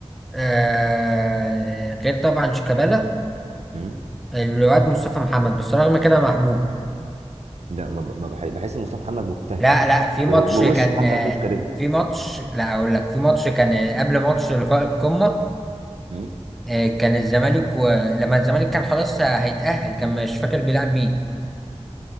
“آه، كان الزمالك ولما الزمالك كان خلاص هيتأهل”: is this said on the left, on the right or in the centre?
Centre